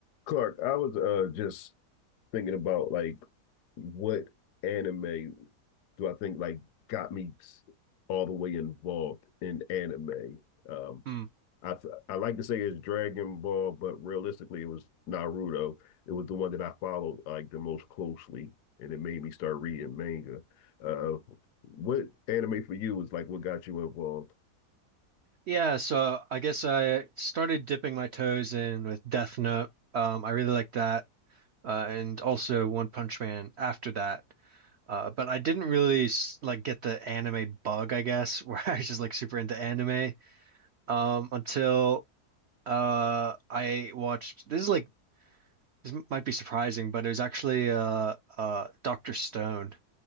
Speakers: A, on the left; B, on the right.
A: Clark, I was uh just thinking about like what anime do I think like got me s- all the way involved in anime. Um,
B: Mm.
A: I th- I like to say it's Dragon Ball, but realistically it was Naruto. It was the one that I followed like the most closely, and it made me start reading manga. Uh, what anime for you was like what got you involved?
B: Yeah, so I guess I started dipping my toes in with Death Note. Um, I really liked that, uh, and also One Punch Man after that. Uh, but I didn't really s- like get the anime bug, I guess, <laughs> where I was just like super into anime um, until uh, I watched. This is like this might be surprising, but it was actually uh, uh, Doctor Stone.